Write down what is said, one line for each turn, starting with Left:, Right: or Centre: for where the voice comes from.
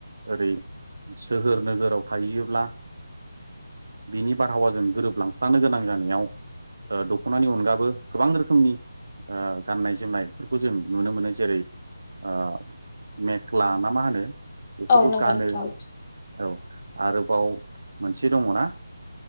Right: ओरै सोहोर नोगोराव थाहैयोब्ला बिनि बारहावाजों गोरोबलांफानो गोनां जानायाव ओ दख'नानि अनगाबो गोबां रोखोमनि ओ गाननाय जोमनायफोरखौ जों नुनो मोनो जेरै ओ मेख्ला ना मा होनो बेखौबो
Left: औ नंगौ
Right: गानो
Left: नोंथां
Right: औ आरोबाव मोनसे दङना